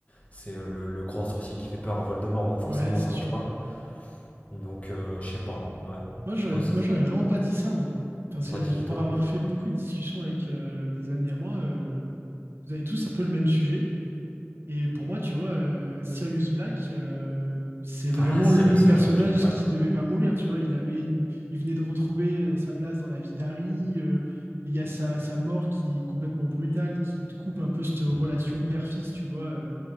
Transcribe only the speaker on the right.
Ouais, c'est
sûr.
Moi, j'aurais,
moi,
j'aurais vraiment pas dit ça, moi. Parce
que
pour
avoir fait beaucoup de discussions avec euh, des amis à moi, euh, vous avez tous un peu le même sujet. Et pour moi, tu vois, euh, Sirius Black, euh, c'est vraiment
le personnage
qui devait pas mourir. Tu vois, il avait une- il venait de retrouver euh, sa place dans la vie d'Harry. euh, il y a sa, sa mort qui est complètement brutale, qui te coupe un peu cette relation père-fils, tu vois, euh,